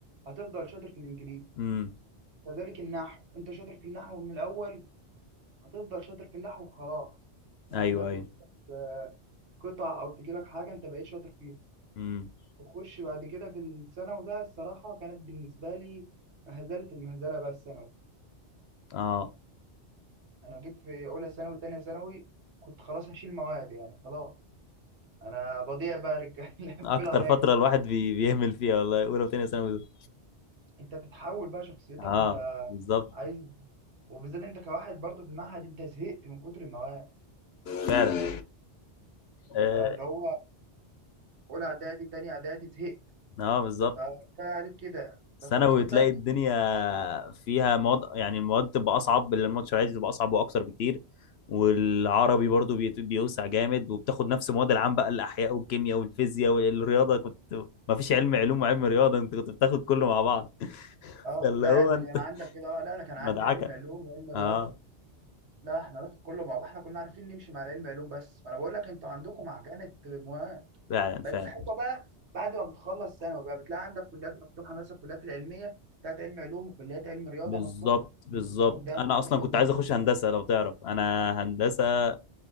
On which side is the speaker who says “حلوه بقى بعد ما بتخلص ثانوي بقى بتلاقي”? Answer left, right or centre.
Right